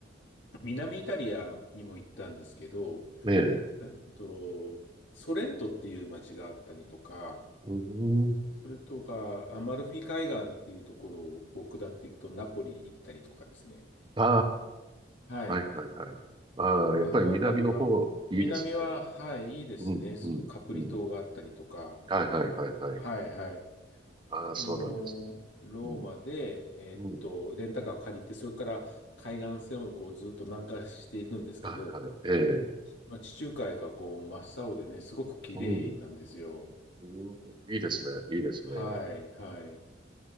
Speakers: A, on the left (about 80°); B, on the right (about 25°).
A: 南イタリアにも行ったんですけど、
B: ねえ。
A: えっと、ソレントっていう街があったりとか、
B: うん。
A: それとか、アマルフィ海岸っていうところをこう下っていくとナポリに行ったりとかですね。
B: あ
A: はい。
B: あ、はいはいはい。ああ、
A: あの辺りは、
B: やっぱり南の方、いいですね。
A: 南は、はい、いいですね。
B: うん、
A: すごカプリ島があったりとか。
B: うん、うん。はいはいはいはい。
A: はい、はい。
B: ああ、
A: おーローマで、
B: そうなんですね。うん、
A: えーっと、
B: うん。
A: レンタカーを借りて、それから海岸線をこうずっと南下していくんですけど、
B: はいはい。ええ。
A: まあ、地中海がこう真っ青でね、すごく綺麗なんですよ。
B: うん、うん。いいですね。いいですね。
A: はい、はい。